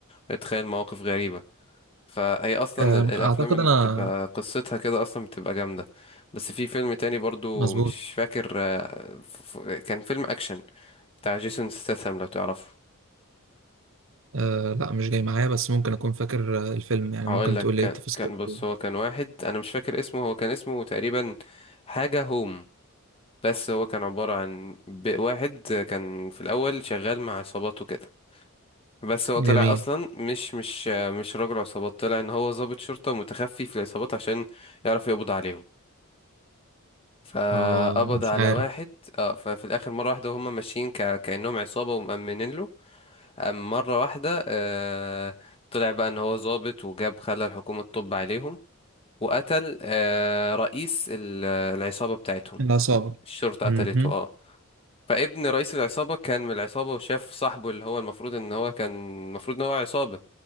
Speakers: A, on the left; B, on the right.
A: يتخيل مواقف غريبة فهي اصلا
B: آم،
A: ال- الافلام
B: أعتقد
A: اللي
B: أنا
A: بتبقى قصتها كده اصلا بتبقى جامدة بس في فيلم تاني برضو
B: مظبوط
A: مش فاكر آه، ف- ف- كان فيلم اكشن بتاع جيسون ستاثام لو تعرفه
B: آه لا مش جاي معايا بس ممكن اكون فاكر آه، الفيلم يعني
A: هقول
B: ممكن
A: لك
B: تقول لي
A: كان
B: إيه تفاصيل
A: كان
B: الفيلم
A: بص هو كان واحد انا مش فاكر اسمه هو كان اسمه تقريبا حاجة هوم بس هو كان عبارة عن ب- واحد كان في الاول شغال مع عصابات وكده بس هو طلع
B: جميل
A: اصلا مش مش مش راجل عصابات طلع ان هو ضابط شرطة متخفي في العصابات عشان يعرف يقبض عليهم فقبض
B: اه مش
A: على
B: عارف
A: واحد اه ففي الاخر مرة واحدة وهم ماشيين ك... كأنهم عصابة ومأمنين له أم مرة واحدة آه... طلع بقى ان هو ضابط وجاب خلى الحكومة تطب عليهم وقتل آه، رئيس ال- العصابة بتاعتهم
B: العصابة
A: الشرطة
B: مهم.
A: قتلته اه فابن رئيس العصابة كان من العصابة وشاف صاحبه اللي هو المفروض ان هو كان المفروض ان هو عصابة